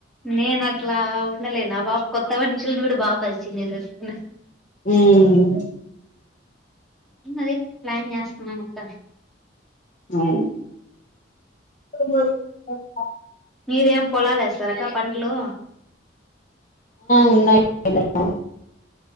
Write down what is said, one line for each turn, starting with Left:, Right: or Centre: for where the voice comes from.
Centre: నే నా ట్లా ఉండలేన్ ఆ బాబు కొత్తవన్ చులుడు బాబ్ పరిచిందేసేస్తున్న
Left: హ్మ్
Centre: ఇంగ అదే ప్లాన్ చేస్తున్నాం అక్క
Left: హ్మ్ స
Centre: మీరేం పొలాల్ ఏస్తారక్క పంట్లూ
Left: ఉన్నాయి ఆ